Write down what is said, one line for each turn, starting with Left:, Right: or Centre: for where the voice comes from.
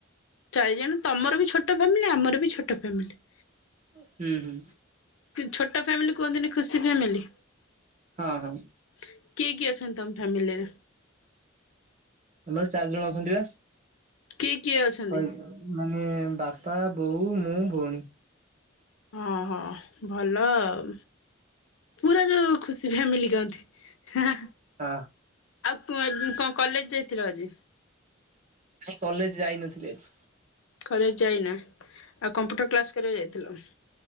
Left: ଚାରିଜଣ ତମର ବି ଛୋଟ ଫ୍ୟାମିଲି ଆମର ବି ଛୋଟ ଫ୍ୟାମିଲି।
Right: ହୁଁ ହୁଁ।
Left: ଛୋଟ ଫ୍ୟାମିଲି କୁହନ୍ତିନି ଖୁସି ଫ୍ୟାମିଲି।
Right: ହଁ ହଁ
Left: କିଏ କିଏ ଅଛନ୍ତି ତମ ଫ୍ୟାମିଲିରେ?
Right: ଆମର ଚାରି ଜଣ ଅଛନ୍ତି ବା।
Left: କିଏ କିଏ ଅଛନ୍ତି?
Right: କହି ମାନେ ବାପା, ବୋଉ, ମୁଁ, ଭଉଣୀ।
Left: ଅ ହ ଭଲ ଆଉ। ପୁରା ଯୋଉ ଖୁସି ଫ୍ୟାମିଲି କହନ୍ତି। ହା ହା।
Right: ହଁ।
Left: ଆଉ କ୍ କଣ କଲେଜ୍ ଯାଇଥିଲ ଆଜି?
Right: ନାଇଁ କଲେଜ୍ ଯାଇନଥିଲି ଆଜି।
Left: କଲେଜ୍ ଯାଇନା, ଆଉ କମ୍ପ୍ୟୁଟର କ୍ଲାସ୍ କରିବାକୁ ଯାଇଥିଲ?